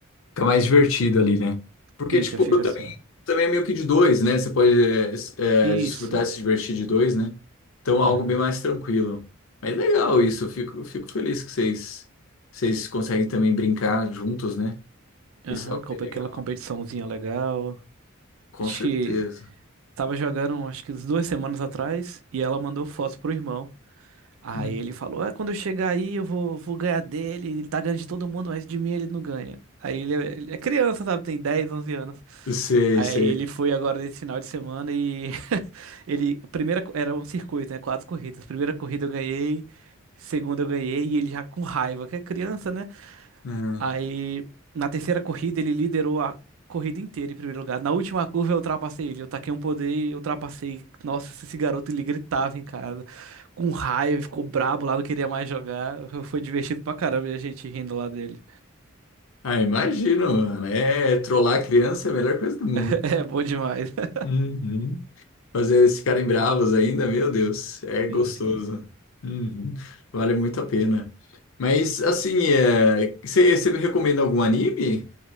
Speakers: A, on the left (about 70°); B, on the right (about 75°).
A: Fica mais divertido ali, né? Porque,
B: Fica,
A: tipo,
B: fica
A: eu também,
B: assim.
A: também é meio que de dois, né? Você pode é, s- é,
B: Isso.
A: desfrutar, se divertir de dois, né? Então, é
B: Aham.
A: algo bem mais tranquilo. Mas legal isso, eu fico, eu fico feliz que vocês, vocês conseguem também brincar juntos, né?
B: Aham,
A: Isso é algo
B: compra
A: bem legal.
B: aquela competiçãozinha legal.
A: Com
B: Acho
A: certeza.
B: que Tava jogando, acho que uns duas semanas atrás, e ela mandou foto pro irmão. Aí
A: Hum.
B: ele falou: Ah, quando eu chegar aí, eu vou, vou ganhar dele. Ele tá ganhando de todo mundo, mas de mim ele não ganha. Aí ele, é ele é criança, sabe? Tem 10 11 anos.
A: Sei,
B: Aí
A: sei.
B: ele foi agora nesse final de semana e <laughs> ele. a Primeira, co- era um circuito, né? Quatro corridas. Primeira corrida eu ganhei, segunda eu ganhei, e ele já com raiva, que é criança, né?
A: Hum.
B: Aí, na terceira corrida, ele liderou a corrida inteira em primeiro lugar. Na última curva, eu ultrapassei ele. Eu taquei um poder e ultrapassei. Nossa, esse garoto, ele gritava em casa. Com raiva, ficou brabo lá, não queria mais jogar. Foi divertido pra caramba e a gente rindo lá dele.
A: Ah, imagino, mano. É, trollar a criança é a melhor coisa do mundo.
B: <laughs> É bom demais. <laughs>
A: Uhum. Fazer eles ficarem bravos ainda, meu Deus, é gostoso.
B: Sim, sim.
A: Uhum, Vale muito a pena. Mas, assim, é, você você me recomenda algum anime?